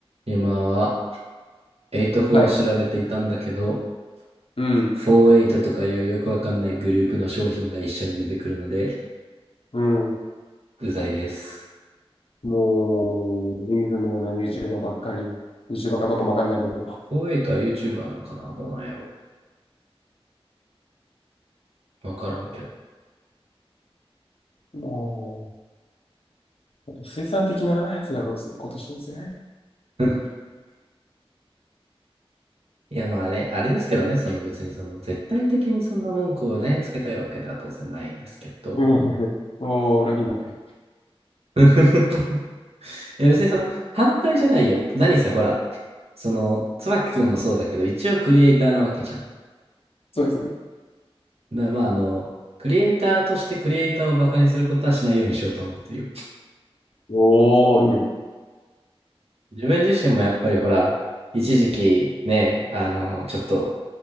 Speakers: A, on the right; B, on the left.
A: 今は84を調べていたんだけど、
B: はい。
A: 48とかいうよくわかんないグループの商品が一緒に出てくるので、
B: うん。うん。
A: うざいです。
B: もう、意味不明な YouTuber ばっかり。YouTuber かどうかもわかんないけど。
A: 48はちは YouTuber なんかなどうなんやろわからんけど。
B: もう、あと水産的なやつやろうぜ、今年のせ。<laughs>
A: <laughs> いやまあね、あれですけどね、その別にその絶対的にそんな文句をね、つけたいわけでは当然ないんですけど。
B: うんおー、裏切りになって。
A: <laughs> いや別にその反対じゃないよ。何せほら、その椿くんもそうだけど、一応クリエイターなわけじゃん。
B: そうですね。
A: な、まあ、あの、クリエイターとしてクリエイターをバカにすることはしないようにしようと思ってるよ。
B: おー、いいね。
A: 自分自身もやっぱりほら、一時期ね、あの、ちょっと